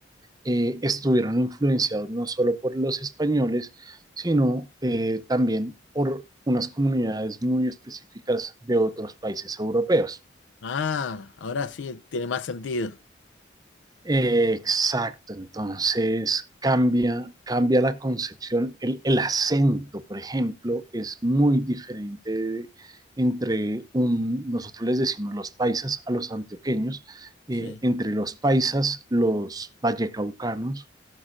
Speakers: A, on the right; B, on the left.
A: eh, estuvieron influenciados no solo por los españoles, sino eh, también por unas comunidades muy específicas de otros países europeos.
B: Ah, ahora sí tiene más sentido.
A: Eh, exacto, entonces cambia, cambia la concepción. El, el acento, por ejemplo, es muy diferente de- entre un, nosotros les decimos los paisas a los antioqueños, eh,
B: Sí,
A: entre los paisas, los vallecaucanos,